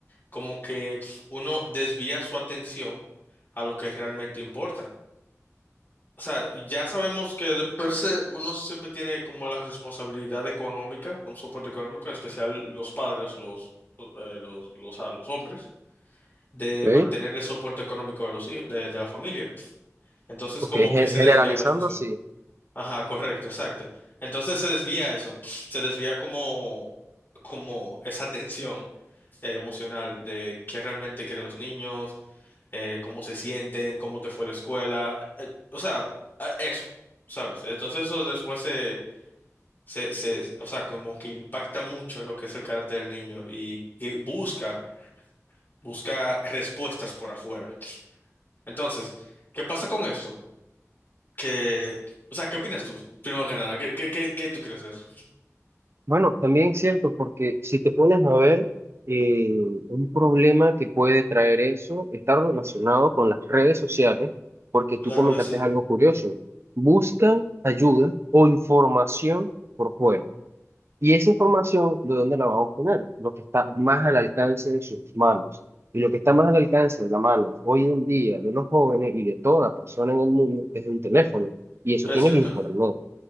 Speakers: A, on the left; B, on the right.
A: como que uno desvía su atención a lo que realmente importa. O sea, ya sabemos que de per se uno siempre tiene como la responsabilidad económica, un soporte económico, en especial los padres, los, eh, los, los, a los hombres, de
B: ¿ok?
A: mantener el soporte económico de los hijos, de, de la familia. Entonces,
B: Porque
A: como
B: generalizando,
A: que se desvía la función.
B: sí.
A: Ajá, correcto, exacto. Entonces se desvía eso, se desvía como, como esa tensión eh, emocional de qué realmente quieren los niños, eh, cómo se sienten, cómo te fue la escuela, eh, o sea, a- eso, ¿sabes? Entonces eso después se, se, se, o sea, como que impacta mucho en lo que es el carácter del niño y que busca, busca respuestas por afuera. Entonces, ¿qué pasa con eso? Que, o sea, ¿qué opinas tú? Primero que nada, ¿qué, qué, qué, qué tú crees de eso?
B: Bueno, también es cierto, porque si te pones a ver, eh, un problema que puede traer eso está relacionado con las redes sociales, porque tú
A: Claro
B: comentaste
A: que sí,
B: algo curioso. Buscan ayuda o información por fuera. Y esa información, ¿de dónde la van a obtener? Lo que está más al alcance de sus manos. Y lo que está más al alcance de la mano hoy en día de los jóvenes y de toda persona en el mundo es de un teléfono. Y eso
A: es
B: tiene
A: cierto.
B: el internet.